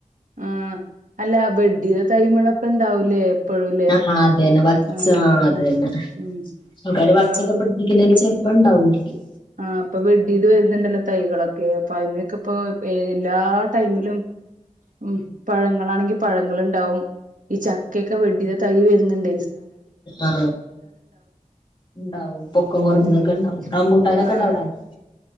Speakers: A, on the right; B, on the left.
A: ആഹ് അല്ല വെഡിയ <unintelligible> തൈമിളൊക്കെ ഉണ്ടാവൂലേ എപ്പഴുംല്ലേ
B: ആ അത തന്നെ വച്ച
A: ആഹ്
B: ആ അത
A: ഉം
B: തന്നെ
A: ഉം
B: ആൾക്കാർ
A: ഇപ്പൊ
B: വച്ചൊക്കെ പിടിപ്പിക്കുന്നതില് ചെറ അപ്പൊ ഉണ്ടാവുമായിരിക്കും
A: ആ അപ്പൊ വെഡീത് വരുന്നുണ്ടല്ലോ തൈകളൊക്കെ അപ്പോ അതിനൊക്കെ അപ്പോ എല്ലാ ടൈമിലും ഉം പഴങ്ങളാണെങ്കി പഴങ്ങളുണ്ടാവും ഈ ചക്കയൊക്കെ വെടിയത തൈ വരുന്നുണ്ട
B: ആ ഉണ്ടാവും പൊക്കം കുറഞ്ഞതൊക്കെ
A: ഉം
B: ഉണ്ടാവും നക്കെണ്ട
A: ആഹ്
B: അവിട <unintelligible>